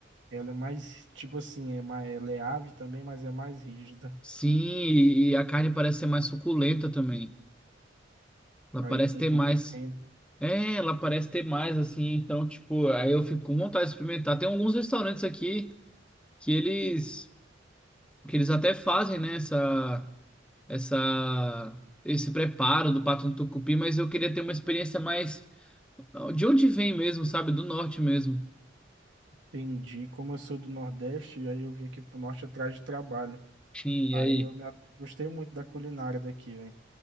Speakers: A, on the right; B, in the centre.
A: Ela é mais, tipo assim, é mais, ela é ave também, mas é mais rígida.
B: Sim, e e a carne parece ser mais suculenta também. Ela
A: Aí
B: parece
A: com
B: ter
A: tucupi,
B: mais. É, ela parece ter mais, assim, então, tipo, aí eu fico com vontade de experimentar. Tem alguns restaurantes aqui que eles, que eles até fazem, né, essa, essa, esse preparo do pato no tucupi, mas eu queria ter uma experiência mais, de onde vem mesmo, sabe, do norte mesmo.
A: entendi. Como eu sou do Nordeste, aí eu vim aqui pro Norte atrás de trabalho.
B: Sim,
A: Aí
B: e aí?
A: eu me a- gostei muito da culinária daqui, velho.